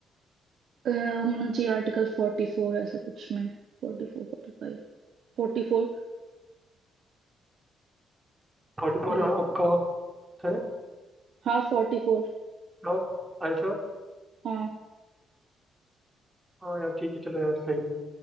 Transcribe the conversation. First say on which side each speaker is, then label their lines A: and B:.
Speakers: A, on the right; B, on the right.
A: अ, होना चाहिए आर्टिकल फोर्टी फोर ऐसा कुछ में Forty four forty five Forty four
B: फोर्टी फोर
A: Hello
B: आपका option है
A: हाँ फोर्टी फोर
B: श्योर I sure
A: हाँ
B: हाँ यार ठीक है चलो यार सही है